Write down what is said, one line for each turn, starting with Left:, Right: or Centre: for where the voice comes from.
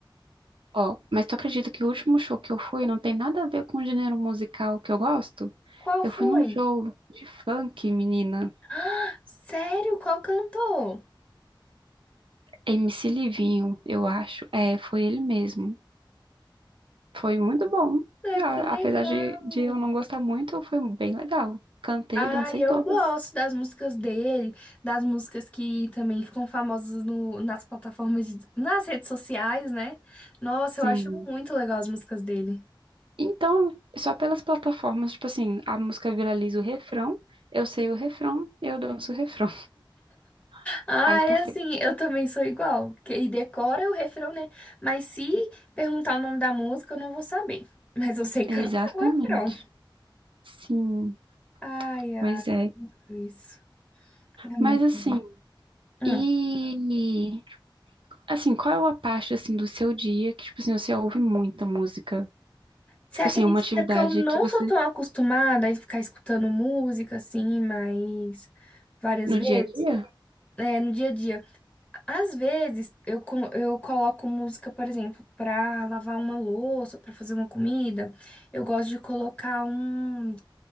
Right: Ó, mas tu acredita que o último show que eu fui não tem nada a ver com o gênero musical que eu gosto?
Left: Qual foi?
Right: Eu fui num show de funk, menina.
Left: Ah, sério? Qual cantor?
Right: MC Livinho, eu acho. É, foi ele mesmo. Foi muito bom.
Left: Ah,
Right: A-
Left: que legal!
Right: Apesar de, de eu não gostar muito, foi bem legal. Cantei,
Left: Ai,
Right: dancei
Left: eu
Right: todas.
Left: gosto das músicas dele, das músicas que também ficam famosas no, nas plataformas, de- nas redes sociais, né? Nossa,
Right: Sim.
Left: eu acho muito legal as músicas dele.
Right: Então, só pelas plataformas, tipo assim, a música viraliza o refrão, eu sei o refrão, eu danço o refrão. <laughs>
Left: Ai,
Right: Aí tá
Left: assim,
Right: feito.
Left: eu também sou igual. Que- E decora o refrão, né? Mas se perguntar o nome da música, eu não vou saber. Mas eu sei
Right: Exatamente.
Left: cantar o refrão.
Right: Sim,
Left: Ai, ai,
Right: pois é.
Left: isso. É muito
Right: Mas assim,
Left: bom. Hum.
Right: E assim, qual é a parte assim do seu dia que tipo assim você ouve muita música?
Left: Você
Right: Tipo
Left: acredita
Right: assim, uma atividade
Left: que eu não
Right: que você
Left: sou tão acostumada a ficar escutando música assim, mas várias
Right: no
Left: vezes,
Right: dia a dia?
Left: né, no dia a dia. Às vezes eu, co- eu coloco música, por exemplo, para lavar uma louça, para fazer uma comida. Eu gosto de colocar um.